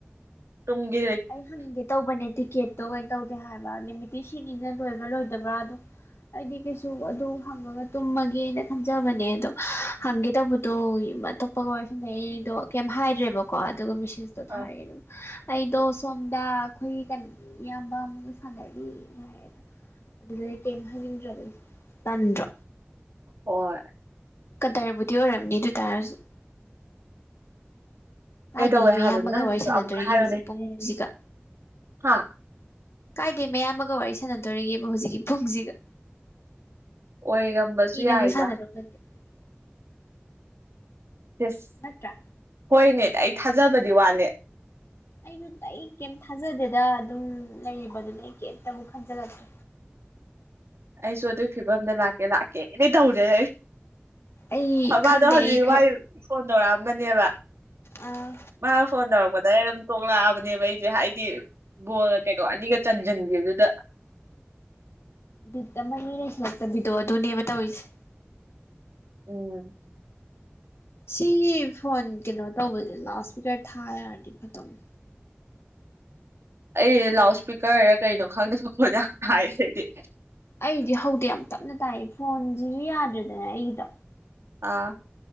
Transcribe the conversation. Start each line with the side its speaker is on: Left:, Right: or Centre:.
Right: ꯇꯨꯡꯒꯤ
Left: ꯑꯩ ꯍꯪꯒꯦ ꯇꯧꯕꯅꯦ ꯇꯤꯛꯀꯦꯠꯇꯣ ꯀꯩꯅꯣ ꯇꯧꯗꯦ ꯍꯥꯏꯕ ꯅꯨꯃꯤꯠꯇꯤ ꯁꯤꯅꯤꯅ ꯂꯣꯏꯕ꯭ꯔꯥ ꯂꯣꯏꯗꯕ꯭ꯔꯥ ꯑꯗꯣ ꯑꯩꯗꯤ ꯀꯩꯁꯨ ꯑꯗꯨ ꯍꯪꯉꯒ ꯇꯨꯝꯃꯒꯦꯅ ꯈꯟꯖꯕꯅꯦ ꯑꯗꯣ ꯍꯪꯒꯦ ꯇꯧꯕꯗꯣ ꯑꯇꯣꯞꯄꯒ ꯑꯣꯏꯔꯁꯤꯅ ꯑꯩꯗꯣ ꯀꯩꯝ ꯍꯥꯏꯗ꯭ꯔꯦꯕꯀꯣ ꯑꯗꯨꯒ ꯃꯤꯦꯁꯦꯁꯇꯣ ꯊꯥꯔꯛꯑꯦ
Right: ꯑ
Left: ꯑꯗꯨꯝ ꯑꯩꯗꯣ ꯁꯣꯝꯗ ꯑꯩꯈꯣꯏ ꯀ ꯏꯌꯥꯝꯕ ꯑꯃꯨꯛꯅ ꯁꯥꯟꯅꯔꯤ ꯍꯥꯏ ꯑꯗꯣ ꯑꯗꯨꯗꯒꯤ ꯀꯩꯝ ꯍꯥꯏꯅꯤꯡꯗ꯭ꯔꯕꯅꯤ ꯇꯟꯗ꯭ꯔꯣ
Right: ꯍꯣꯏ
Left: ꯀꯗꯔꯕꯨꯗꯤ ꯑꯣꯏꯔꯝꯅꯤ ꯑꯗꯨ ꯇꯥꯔꯁꯨ ꯀꯥꯏꯗꯩꯩ
Right: ꯀꯩꯗꯧꯋꯦ
Left: ꯃꯌꯥꯝꯕꯒ
Right: ꯍꯥꯏꯕꯅꯣ ꯍꯧꯖꯤꯛꯀꯤꯗꯣ
Left: ꯋꯥꯔꯤ ꯁꯥꯟꯅꯗꯣꯔꯤꯒꯦ
Right: ꯑꯃꯨꯛꯀ ꯍꯥꯏꯔꯣꯅꯦ
Left: ꯍꯧꯖꯤꯛ ꯄꯨꯡꯁꯤꯒ
Right: ꯍꯥ
Left: ꯀꯥꯏꯗꯩꯩ ꯃꯌꯥꯝꯕꯥꯒ ꯋꯥꯔꯤ ꯁꯥꯟꯅꯗꯣꯔꯤꯒꯦꯕ ꯍꯧꯖꯤꯛꯀꯤ ꯄꯨꯡꯁꯤꯒ
Right: ꯑꯣꯏꯔꯝꯕꯁꯨ
Left: ꯀꯨꯏꯅꯁꯨ
Right: ꯌꯥꯏꯗ
Left: <unintelligible>
Right: ꯌꯦꯁ
Left: ꯅꯠꯇ꯭ꯔ
Right: ꯍꯣꯏꯅꯦ ꯑꯩ ꯊꯥꯖꯕꯗꯤ ꯋꯥꯠꯂꯦ
Left: ꯑꯩꯅ ꯑꯩ ꯀꯩꯝꯇ ꯊꯥꯖꯗꯦꯗ ꯑꯗꯨꯝ ꯂꯩꯔꯤꯕꯗꯨꯅꯦ ꯑꯩ ꯀꯩꯝꯇꯕꯨꯨꯛ ꯈꯟꯖꯜꯂꯛꯇꯦ
Right: ꯑꯩꯁꯨ ꯑꯗꯨꯒꯤ ꯐꯤꯕꯝꯗ ꯂꯥꯛꯀꯦ ꯂꯥꯛꯀꯦꯅꯗꯤ ꯇꯧꯔꯦ
Left: ꯑꯩ
Right: ꯑꯃꯥꯗꯣ
Left: ꯈꯪꯗꯦ
Right: ꯍꯧꯖꯤꯛ
Left: ꯑꯩ ꯈꯔ
Right: ꯋꯥꯏ ꯐꯣꯟ ꯇꯧꯔꯛꯑꯝꯕꯅꯦꯕ
Left: ꯑꯥ
Right: ꯃꯥ ꯐꯣꯟ ꯇꯧꯔꯛꯄꯗ ꯑꯩ ꯑꯗꯨꯝ ꯇꯣꯛꯂꯛꯑꯕꯅꯦꯕ ꯑꯩꯁꯦ ꯍꯥꯏꯗꯤ ꯕꯣꯜ ꯀꯩꯅꯣ ꯑꯅꯤꯒ ꯆꯟꯁꯤꯟꯈꯤꯕꯗꯨꯗ
Left: ꯕꯤꯠ ꯑꯃ ꯏꯂꯩ ꯂꯩꯁꯤꯜꯂꯛꯇꯕꯤꯗꯣ ꯑꯗꯨꯅꯦꯕ ꯇꯧꯔꯤꯁꯦ
Right: ꯎꯝ
Left: ꯁꯤꯒꯤ ꯐꯣꯟ ꯀꯩꯅꯣ ꯇꯧꯕꯁꯦ ꯂꯥꯎꯠ ꯏꯁꯄꯤꯀꯔ ꯊꯥ ꯌꯥꯔꯗꯤ ꯐꯗꯧꯅꯦ
Right: ꯑꯩꯗꯤ ꯂꯥꯎꯠ ꯏꯁꯄꯤꯀꯔꯔꯥ ꯀꯩꯅꯣ ꯈꯪꯗꯦ ꯃꯈꯣꯟ ꯌꯥꯝ ꯇꯥꯏꯌꯦꯁꯤꯗꯤ
Left: ꯑꯩꯗꯤ ꯍꯧꯗꯦ ꯌꯥꯝ ꯇꯞꯅ ꯇꯥꯏꯌꯦ ꯐꯣꯟꯁꯤꯁꯨ ꯌꯥꯗ꯭ꯔꯦꯗꯅ ꯑꯩꯒꯤꯗꯣ
Right: ꯑꯥ